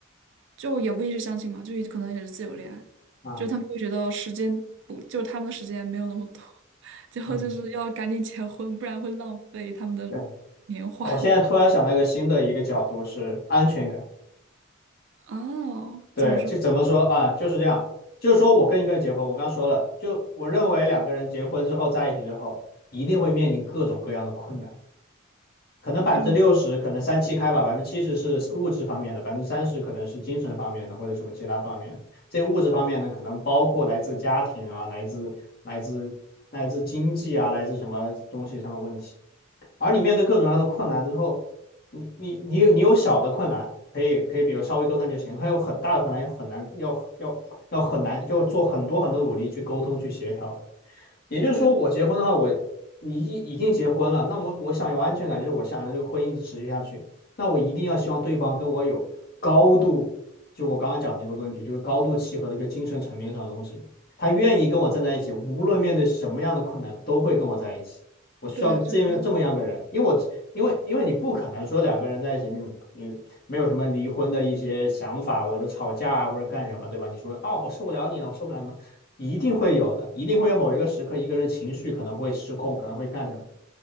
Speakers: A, on the right (about 60°); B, on the left (about 45°).
A: 就也不一定是相亲嘛，就可能也是自由恋爱，
B: 啊，
A: 就他们会觉得时间不，就他们的时间没有那么多，<laughs> 最后就是要赶紧结婚，
B: 嗯，
A: 不然会浪费他们的
B: 对，
A: 年华。
B: 我现在突然想到一个新的一个角度是安全感。
A: <laughs> 哦，
B: 对，
A: 怎么说？
B: 就怎么说啊，就是这样，就是说我跟一个人结婚，我刚说了，就我认为两个人结婚之后在一起之后，一定会面临各种各样的困难。可能百分之六十，
A: 嗯，
B: 可能三七开吧，百分之七十是物质方面的，百分之三十可能是精神方面的或者什么其他方面。这物质方面呢，可能包括来自家庭啊，来自来自来自经济啊，来自什么东西上的问题。而你面对各种各样的困难之后，你你你有你有小的困难，可以可以，比如稍微沟通就行；还有很大的困难，也很难，要要要很难，要做很多很多努力去沟通去协调的。也就是说，
A: 对
B: 我结婚的话，我你已已经结婚了，那我我想有安全感，就是我想让这个婚姻持续下去，那我一定要希望对方跟我有高度，就我刚刚讲的那个问题，就是高度契合的一个精神层面上的东西，他愿意跟我站在一起，
A: 对
B: 无论面对什么样的困难，都会跟我在一起。我需要个这么这么样个人，
A: 对，就这样。
B: 因为我因为因为你不可能说两个人在一起，你你没有什么离婚的一些想法，或者吵架啊，或者干什么，对吧？你说哦，我受不了你了，我受不了什么，一定会有的，一定会有某一个时刻，一个人情绪可能会失控，可能会干什么。